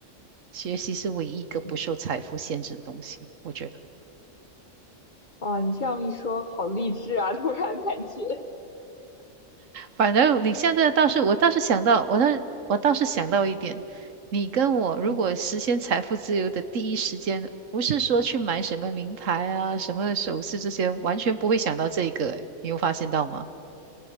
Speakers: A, on the right; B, on the left.
A: 学习是唯一一个不受财富限制的东西，
B: 嗯，
A: 我觉得。
B: 哇，你这样一说，好励志啊！突然感觉，
A: 反正你现在倒是，我倒是想到，我倒是我倒是想到一点，你跟我如果实现财富自由的第一时间，
B: <laughs> 嗯。
A: 不是说去买什么名牌啊、什么首饰这些，完全不会想到这个，诶你有发现到吗？